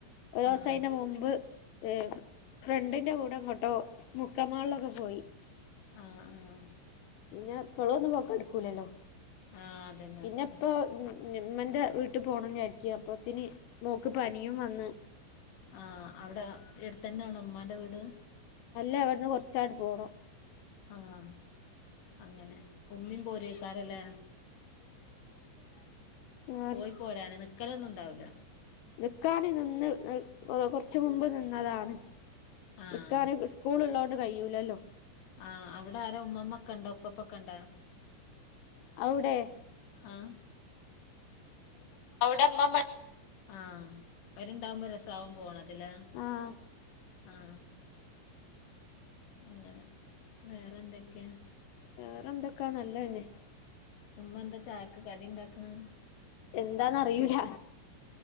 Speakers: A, on the left; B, on the left.
A: ഒരൂസം
B: ആഹ്
A: അയിന്റെ മുമ്പ് <unintelligible> ഫ്രണ്ടിന്റെ കൂടെ എങ്ങോട്ടോ മുക്കം മാളിലൊക്കെ പോയി
B: ബസ്സേ ആഹ് ആഹ്
A: പിന്നെ എപ്പോളൊന്നും പോയി കടക്കൂലല്ലോ
B: ആഹ് അതന്നെ
A: പിന്നെ
B: അതന്നെ
A: എപ്പൊ ഞ് മ്മന്റെ വീട്ട് പോകണംന്നായിരിക്കും അപ്പോത്തിനി മോക്ക് പനിയും വന്ന്
B: ആഹ് അവിടെ എടുതന്നെ ആണോ ഉമ്മാന്റെ വീട്
A: അല്ല ഇവിട്ന്ന് കുറച്ചാട്ട് പോണം.
B: ആഹ് അങ്ങനെ ഉമ്മീം പോരോയിക്കാരല്ലേ
A: ആഹ്
B: പോയി പോരാന് നിക്കലൊന്നുണ്ടാവുല.
A: നിക്കാന് നിന്ന് കുറച് മുമ്പ് നിന്നതാണ്
B: ആഹ്
A: നിക്കാന് സ്കൂൾ ഇള്ളോണ്ട് കഴിയൂലല്ലോ
B: ആഹ് അവിടാരാ ഉമ്മമ്മക്കെണ്ടോ ഉപ്പപ്പൊക്കെണ്ടാ
A: അവിടെ
B: ആഹ് അവിടെ ഇമ്മ <unintelligible> ആഹ് അവരിണ്ടാവുമ്പോ രസാവും പോണതിലെ
A: ആഹ്
B: ആഹ് അങ്ങനെ വേറെന്തൊക്കെയാ
A: വേറെന്തൊക്കാ നല്ലതന്നെ
B: ഉമ്മന്താ ചായക്ക് കടിണ്ടാക്ക്ണ്
A: എന്താന്നറിയൂല